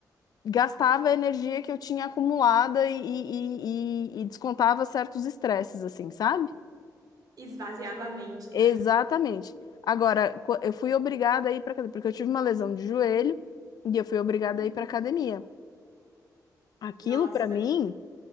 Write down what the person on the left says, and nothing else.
gastava a energia que eu tinha acumulada e, e- e- e descontava certos estresses, assim, sabe?
Exatamente.
Agora, co- eu fui obrigada a ir para academia, porque eu tive uma lesão de joelho e eu fui obrigada
a ir para academia. Aquilo
para mim,